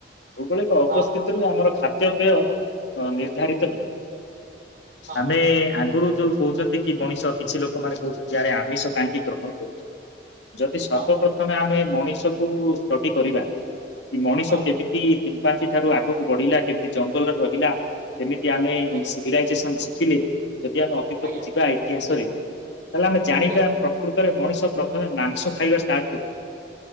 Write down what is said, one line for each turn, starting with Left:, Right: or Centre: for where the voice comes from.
Left: ଭୌଗୋଳିକ ଅବସ୍ଥିତିରୁ
Right: ହଁ
Left: ଆମର ଖାଦ୍ୟପେୟ। ଅ ନିର୍ଦ୍ଧାରିତ ହେଇଥାଏ।
Right: ହଁ
Left: ଆମେ ଆଗରୁ ଯୋଉ କହୁଚନ୍ତି କି ମଣିଷ। କିଛି ଲୋକମାନେ କହୁଚନ୍ତି ଆରେ ଆମିଷ କାହିଁକି ଗ୍ରହଣ କରୁଚ? ଯଦି ସର୍ବପ୍ରଥମେ
Right: ହଁ
Left: ଆମେ ମଣିଷ କୁ ଷ୍ଟଡି କରିବା। ମଣିଷ
Right: ହଁ
Left: କେମିତି? ସିମ୍ପାଜି ଠାରୁ ଆଗକୁ ବଢିଲା କେମିତି ଜଙ୍ଗଲରେ ରହିଲା। ଯେମିତି ଆମେ
Right: ଆଜ୍ଞା
Left: ସିଭିଲାଇଜେସନ ଶି ଖିଲି। ଯଦି ଆମେ ଅତୀତକୁ
Right: ଆଜ୍ଞା
Left: ଯିବା ଇତିହାସରେ ତାହେଲେ ଆମେ ଜାଣିବା
Right: ଇତିହାସ
Left: ପ୍ରକୃତରେ ମଣିଷ ପ୍ର ତମେ ମାଂସ ଖାଇବା ଷ୍ଟାର୍ଟ କରୁ।